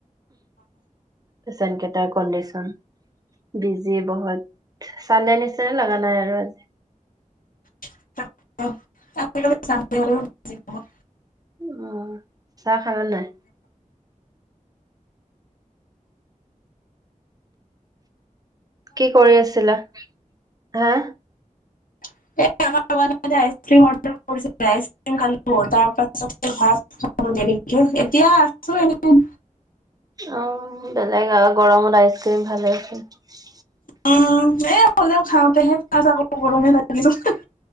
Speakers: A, on the right; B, on the left.
A: পেচেণ্ট কেইটাৰ কণ্ডিশ্যন। বিজি বহুত, চান্দে নিচিনা লগা নাই আৰু আজি।
B: <unintelligible>
A: অ'। চাহ খালা নে নাই? কি কৰি আছিলা হা'?
B: <unintelligible> হব দেৰিকেই, এতিয়া আছো এনেই।
A: অ' বেলেগ আৰু, গৰমত আইচক্ৰীম ভালে হৈছে।
B: উম এ অকলেও খাওঁতেহে <unintelligible> গৰমে লাগে